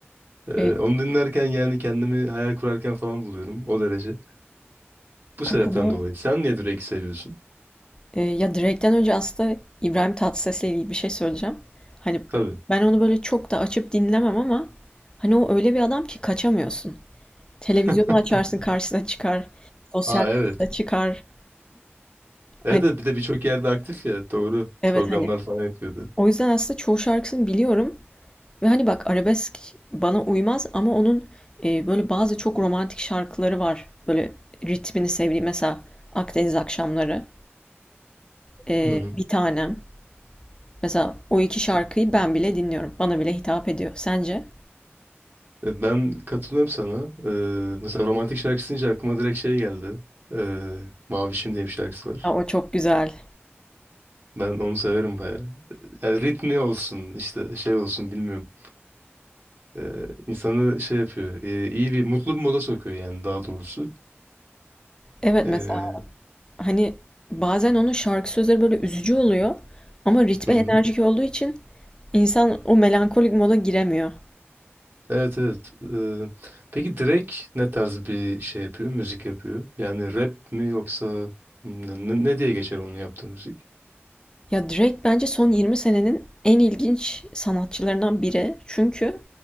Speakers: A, on the right; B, on the left.
A: Ee,
B: Ee,
A: onu dinlerken yani kendimi hayal kurarken falan buluyorum. O derece. Bu
B: katılıyorum.
A: sebepten dolayı. Sen niye Drake'i seviyorsun?
B: Ee, ya Drake'den önce aslında İbrahim Tatlıses'le ilgili bir şey söyleyeceğim. Hani
A: Tabii.
B: ben onu böyle çok da açıp dinlemem ama hani o öyle bir adam ki kaçamıyorsun. Televizyonu
A: <laughs>
B: açarsın karşısına çıkar. Sosyal
A: Aa
B: medyada
A: evet.
B: çıkar.
A: Evet
B: Hani,
A: evet bir de birçok yerde aktif ya. Doğru.
B: evet
A: Programlar
B: hani
A: falan yapıyordu.
B: O yüzden aslında çoğu şarkısını biliyorum ve hani bak arabesk bana uymaz ama onun e, böyle bazı çok romantik şarkıları var. Böyle ritmini sevdiğim mesela Akdeniz Akşamları, e,
A: Hı hı.
B: Bir Tanem. Mesela o iki şarkıyı ben bile dinliyorum. Bana bile hitap ediyor. Sence?
A: E, Ben katılıyorum sana. Ee, mesela romantik şarkı deyince aklıma direkt şey geldi. Ee, Mavişim diye bir şarkısı var.
B: Ha, o çok güzel.
A: Ben onu severim bayağı. Yani ritmi olsun işte şey olsun bilmiyorum. Ee, insanı şey yapıyor. e, iyi bir mutlu bir moda sokuyor yani daha doğrusu.
B: Evet
A: Ee,
B: mesela hani bazen onun şarkı sözleri böyle üzücü oluyor ama ritme
A: hı
B: enerjik
A: hı.
B: olduğu için insan o melankolik moda giremiyor.
A: Evet evet. Ee, peki Drake ne tarz bir şey yapıyor? Müzik yapıyor. Yani rap mi yoksa ne, ne- ne diye geçer onun yaptığı müzik?
B: Ya Drake bence son 20 senenin en ilginç sanatçılarından biri. Çünkü